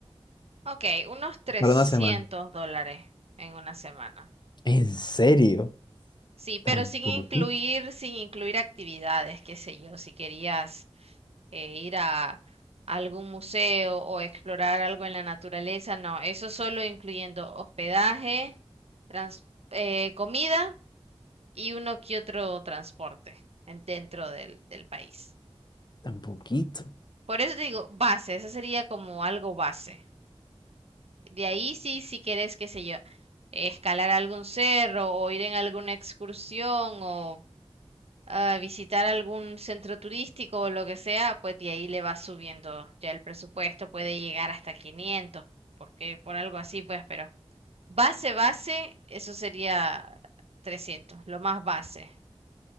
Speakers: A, on the right; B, on the left.
A: Ok, unos 300
B: para una semana.
A: dólares en una semana.
B: ¿En serio?
A: Sí, pero
B: ¿Tan
A: sin
B: poquito?
A: incluir, sin incluir actividades, qué sé yo, si querías eh, ir a algún museo o explorar algo en la naturaleza, no, eso solo incluyendo hospedaje, trans- eh, comida y uno que otro transporte en- dentro del, del país.
B: ¿Tan poquito?
A: Por eso te digo, base, eso sería como algo base. De ahí sí, si quieres, qué sé yo, escalar algún cerro o ir en alguna excursión o ah, visitar algún centro turístico o lo que sea, pues de ahí le va subiendo ya el presupuesto, puede llegar hasta 500 porque por algo así, pues, pero base, base, eso sería 300 lo más base.